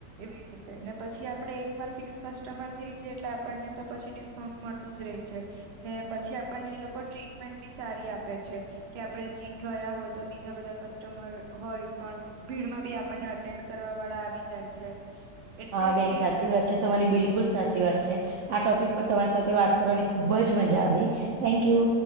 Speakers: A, on the right; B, on the right.
A: એવી રીતે ને પછી આપડે એક વાર ફિક્સ કસ્ટમર થઈ જએ એટલે આપણને તો પછી ડિસ્કાઉન્ટ મળતું જ ર રહે છે. ને પછી આપણને એ લોકો ટ્રીટમેન્ટ બી સારી આપે છે કે આપડે જી ગયા હોય તો બીજા કસ્ટમર હોય પણ ભીડમાં બી આપણને અટેન્ડ કરવા વાળા આવી જાય છે. એટલે
B: હા બેન
A: એ
B: સાચી વાત છે તમારી બિલકુલ સાચી વાત છે. આ ટોપિક પર તમારી સાથે વાત કરવાની ખુબ જ મજા આવી થેન્ક યુ.